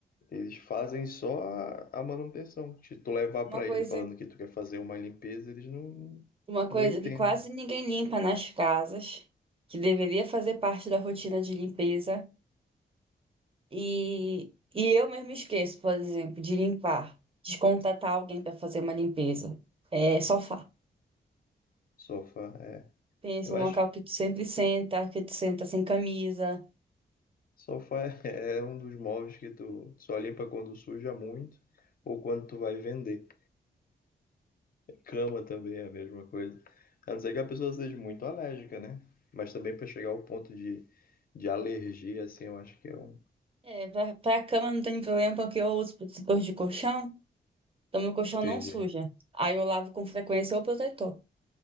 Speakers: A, on the left (about 55°); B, on the right (about 30°).
A: eles fazem só a, a manutenção. Se tu levar
B: Uma
A: para
B: coisa...
A: ele falando que tu quer fazer uma limpeza, eles não
B: Uma coisa
A: não entendem.
B: que quase ninguém limpa nas casas, que deveria fazer parte da rotina de limpeza, e, e eu mesmo esqueço, por exemplo, de limpar, de contratar alguém para fazer uma limpeza. É sofá.
A: Sofá é,
B: Pensa
A: eu
B: um
A: acho
B: local que tu sempre senta, que tu senta sem camisa.
A: Sofá <laughs> é um dos móveis que tu só limpa quando suja muito ou quando tu vai vender. Cama também é a mesma coisa. A não ser que a pessoa seja muito alérgica, né? Mas também para chegar ao ponto de, de alergia, assim, eu acho que é um.
B: É, pra, pra cama não tem problema porque eu uso protetor de colchão, então meu colchão
A: Entendi.
B: não suja. Aí eu lavo com frequência o protetor.